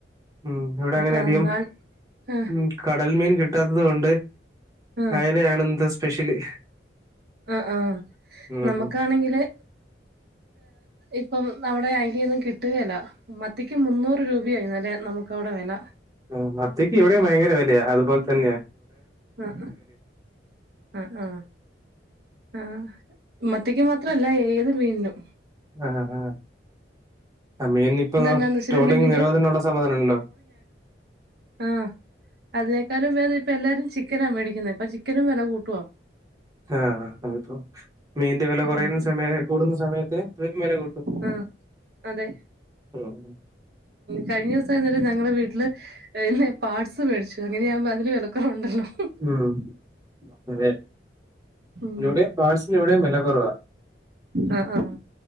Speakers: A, on the right; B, on the right.
A: ഉം ഇവിടെ
B: ആ
A: അങ്ങനെ
B: ആ
A: അധികം
B: നാൾ ആ
A: ക കടൽ മീൻ കിട്ടാത്തത് കൊണ്ട്
B: ആ
A: അയിലയാണ് ഇന്നത്തെ സ്പെഷ്യല്.
B: ആ ആ
A: ഉം
B: നമുക്കാണെങ്കില്
A: ഉം
B: ഇപ്പം അവിടെ അയിലയൊന്നും കിട്ടുകേലാ മത്തിക്ക് മുന്നൂറ് രൂപയാ. ഇന്നലെ നമുക്ക് അവിടെ വെല.
A: ആ മത്തിയ്ക്ക് ഇവിടെയും ഭയങ്കര വിലയാ. അതുപോലെ തന്നെ
B: ആ ആ ആ ആ മത്തിക്ക് മാത്രല്ല ഏത് മീനിനും.
A: ആ ആ അ മീനിന് ഇപ്പൊ
B: ഒന്ന് എന്നാന്ന് വെച്ചിട്ടുണ്ടെങ്കില്
A: ട്രോളിങ് നിരോധനമുള്ള സമയാണല്ലോ.
B: ആ അതിനേക്കാളും ബേധം ഇപ്പ എല്ലാരും ചിക്കനാ മേടിക്കുന്നെ അപ്പൊ ചിക്കനും വെല കൂട്ടുവാ.
A: ആ അപ്പോ മീന്റെ വെല കൊറയുന്ന
B: ആഹ്
A: സമയായപ്പോ കൂടുന്ന സമയത്ത് വില കൂട്ടും.
B: ആ അതെ
A: ഉം
B: കഴിഞ്ഞ ദെവസം ഞ വീട്ടില് പാട്സ് മേടിച്ചു അങ്ങനെയാവുമ്പോ അതിന് വെലക്കൊറവുണ്ടല്ലോ.
A: ഉം അതെ.
B: ഉം
A: ഇവിടേം പാട്‌സലിന് വെല കൊറവാ.
B: ആ ആ